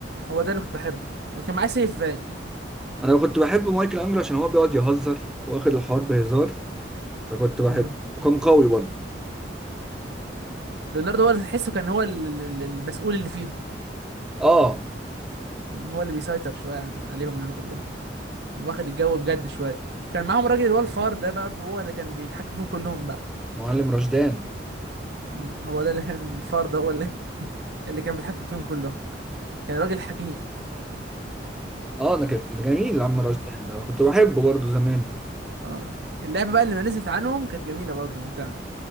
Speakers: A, on the right; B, in the centre.
A: هو ده اللي كنت بحبه كان معاه سيف باين
B: انا كنت بحب مايكل انجلو عشان هو بيقعد يهزر واخد الحوار بهزار فكنت بحبه
A: امم
B: وكان قوي برضه
A: أمم. ليوناردو هو اللي تحسه كان هو ال- ال- ال- المسؤول اللي فيهم
B: اه
A: أمم. هو اللي بيسيطر شويه يعني عليهم يعني كلهم واخد الجو بجد شويه كان معاهم راجل اللي هو الفار ده برضه هو اللي كان بيتحكم فيهم كلهم بقى
B: معلم رشدان
A: امم هو ده اللي كان الفار ده هو اللي, <laughs> اللي كان بيتحكم فيهم كلهم كان راجل حكيم
B: اه ده كان ده جميل عم رشدان
A: أمم.
B: ده أنا كنت بحبه برضه زمان
A: اه اللعبه بقى اللي ما نزلت عنهم كانت جميله برضه ممتعه